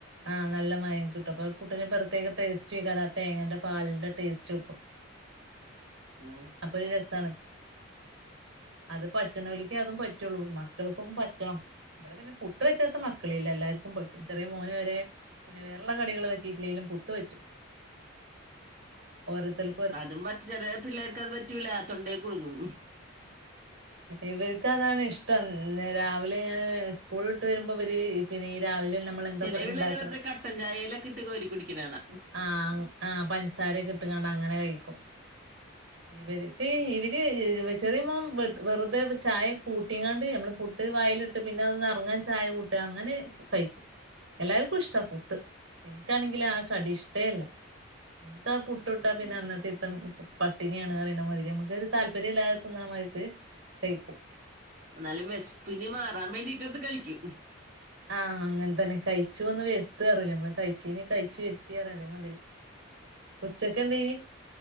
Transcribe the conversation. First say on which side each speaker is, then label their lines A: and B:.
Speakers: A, on the right; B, on the right.
A: ആഹ് നല്ല മയം കിട്ടും അപ്പൊ പുട്ടിന് പ്രേത്യേക ടേസ്റ്റഉം അക്കാര്യം ആ തേങ്ങന്റെ പാലിന്റെ ടേസ്റ്റ് കിട്ടും
B: ആഹ്
A: അപ്പൊ ഒരു രസണ് അത് പറ്റുന്നോൾക്കെ അതും പറ്റുള്ളൂ മക്കൾക്കൊന്നും പറ്റണം ഇവിടെ പിന്നെ പുട്ട് പറ്റാത്ത മക്കളില്ല എല്ലാവർക്കും പറ്റും ചെറിയ മോന് വരെ പിന്നെ വേറേ ഉള്ള കടികൾ പറ്റിയിട്ടില്ലെങ്കിലും പുട്ട് പറ്റും ഓരോരുത്തളു
B: അതും മറ്റ് ചില പിള്ളേർക്ക് അത് പറ്റൂല തൊണ്ടേൽ കുടുങ്ങും
A: ഇവർക്ക അതാണ് ഇഷ്ടം രാവിലെ ഞാന് സ്കൂൾ <unintelligible> വരുമ്പോ ഇവര് പിന്നെ രാവിലെ നമ്മളെന്താ
B: ചില പിള്ളാര്
A: ഉണ്ടാക്കണത്
B: വെറുതെ കട്ടൻ ചായയിലൊക്കെ ഇട്ട് കോരി കുടിക്കുന്നത് കാണ
A: ആഹ് ആഹ് പഞ്ചസാര ഒക്കെ ഇട്ട്ക്കാണ്ട് അങ്ങനെ കഴിക്കും
B: അ
A: ഇവർക്ക് ഇവര് ചെറിയ മോൻ വെറുതെ ചായ കൂട്ടിക്കാണ്ട് നമ്മള് പുട്ട് ഇട്ട് വായിലിട്ട് പിന്നെ അതോന്ന് എറങ്ങാൻ ചായ കൂട്ടി അങ്ങനെ കഴിക്കും എല്ലാവർക്കും ഇഷ്ട പുട്ട് എനിക്കാണെങ്കിൽ ആ കടി ഇഷ്ടെ അല്ല എനിക്ക് ആ പുട്ട ച്ചുട്ടാ പിന്നെ
B: ഉം
A: അന്നത്തെ ഇത്തം പട്ടിണിയാണ് പറയെണ മതിരി നമുക്ക ഒരു താല്പര്യം ഇല്ലാതെ തിന്നമാതിരിക്ക് കഴിക്കും
B: എന്നാലും വിശപ്പിന് മാറാൻ വേണ്ടിട്ട് ഒന്ന് കഴിക്കും
A: ആഹ് അങ്ങനെ തന്നെ കഴിച്ചുന്ന് വെർതാണ് ലെ മ്മള് കഴിച്ചീന് കഴിച്ചു വെറുതി അറിഞ് അതേമാതിരി ഉച്ചക്ക് എന്തെനീ